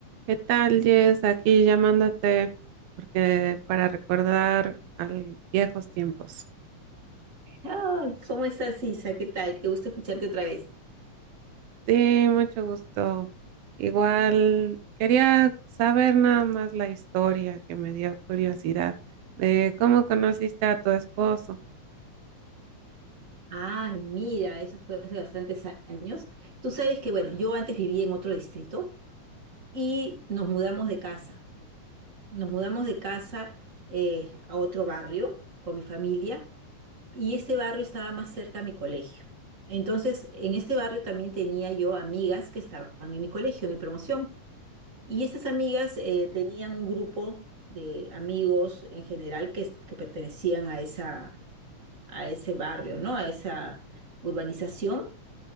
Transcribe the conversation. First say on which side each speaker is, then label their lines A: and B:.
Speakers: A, on the right (about 85°); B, on the right (about 25°).
A: ¿Qué tal, Jess? Aquí llamándote porque para recordar a viejos tiempos.
B: Ay, ¿cómo estás, Isa? ¿Qué tal? Qué gusto escucharte otra vez.
A: Sí, mucho gusto. Igual quería saber nada más la historia que me dio curiosidad de cómo conociste a tu esposo
B: Ay, mira, eso fue hace bastantes años. Tú sabes que, bueno, yo antes vivía en otro distrito y nos mudamos de casa. Nos mudamos de casa eh, a otro barrio con mi familia y este barrio estaba más cerca a mi colegio. Entonces, en este barrio también tenía yo amigas que estaban en mi colegio, en mi promoción. Y estas amigas eh, tenían un grupo de amigos en general que, que pertenecían a esa a ese barrio, ¿no? A esa urbanización